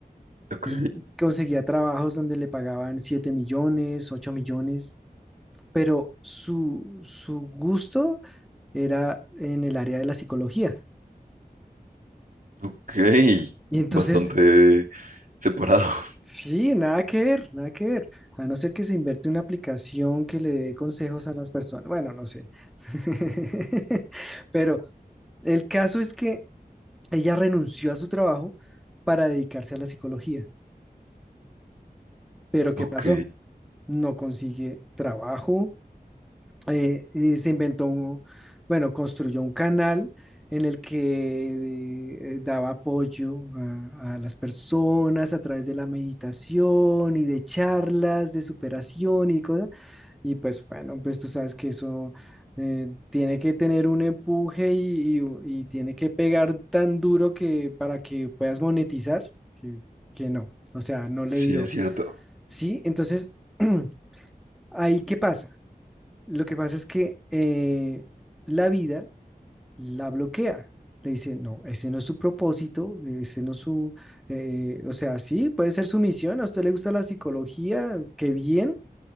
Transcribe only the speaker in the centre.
y conseguía trabajos donde le pagaban 7 millones, 8 millones, pero su, su gusto era en el área de la psicología.
Y entonces,
sí, nada que ver, nada que ver. A no ser que se inverte una aplicación que le dé consejos a las personas. Bueno, no sé. <laughs> Pero el caso es que ella renunció a su trabajo para dedicarse a la psicología. Pero ¿qué
pasó? No consigue trabajo, eh, eh, se inventó un, bueno, construyó un canal en el que eh, daba apoyo a, a las personas a través de la meditación y de charlas de superación y cosas. Y pues bueno, pues tú sabes que eso eh, tiene que tener un empuje y, y u- y tiene que pegar tan duro que para que puedas monetizar, que, que no, o sea, no le
dio.
Sí, entonces, <clears throat> ahí qué pasa. Lo que pasa es que eh, la vida la bloquea. Le dice, no, ese no es su propósito, ese no es su, eh, o sea, sí, puede ser su misión, a usted le gusta la psicología, qué bien,